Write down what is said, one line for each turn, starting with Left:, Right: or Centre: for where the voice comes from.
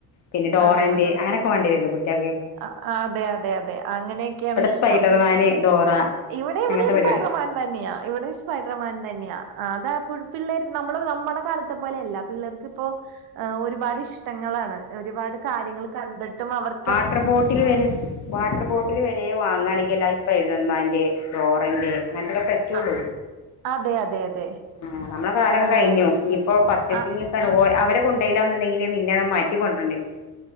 Left: പിന്നെ ഡോറന്റ്
Right: ആഹ്
Left: അങ്ങനൊക്കെ വാണിയേരൊല്ലോ കു ഇവിടെ
Right: അ- അതെ അതെ അതെ അങ്ങനെയൊക്കെയാണ് ഇഷ്ടം
Left: സ്പൈഡർമാന് ഡോറ
Right: ഇവിടെ ഇവിടെയും
Left: അങ്ങനത്തെ പരിപാടിയ
Right: സ്പൈഡർമാൻ തന്നെയാ ഇവിടെയും സ്പൈഡർമാൻ തന്നെയാ അതാ പിള്ളേർ നമ്മള് നമ്മുടെ കാലത്തെ പോലെയല്ല പിള്ളേർക്ക് ഇപ്പോ അ ഒരുപാട് ഇഷ്ടങ്ങളാണ് ഒരുപാട് കാര്യങ്ങൾ കണ്ടിട്ടും അവർ
Left: ട്ടർ ബോട്ടില് വരെ വാട്ടർ ബോട്ടില് വരെ വാങ്ങാണെയ് എലൈ സ്പൈഡർമാൻ്റെ ഡോറൻ്റെ അങ്ങനത്തൊക്കെ പറ്റുള്ളൂ
Right: അ- അതെ അതെ അതെ
Left: ആഹ് നമ്മളെ കാലൊക്കെ
Right: ആഹ്
Left: കഴിഞ്ഞു ഇഞ്ഞ്പ്പോ പർച്ചേസിംഗ്
Right: ആ
Left: ഒക്കെ റഞ്ഞ ഓ അവര് കൊണ്ടെയ്ലാന്ന്ണ്ടെങ്കില് പിന്നെ മാറ്റി കൊൻട്ര ണ്ടേരും